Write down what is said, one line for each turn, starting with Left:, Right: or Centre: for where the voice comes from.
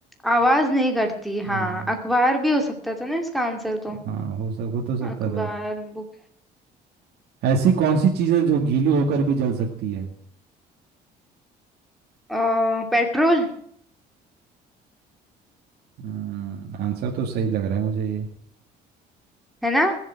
Centre: आवाज नहीं करती
Right: हम्म
Centre: हाँ अखबार भी हो सकता था ना इसका आंसर तो
Right: हाँ हो सक हो तो सकता
Centre: अखबार
Right: था
Centre: बुक
Right: ऐसी कौन सी चीज़ है जो गीली होकर भी जल सकती है
Centre: आ, पेट्रोल
Right: हम्म आंसर तो सही लग रहा है मुझे ये
Centre: है ना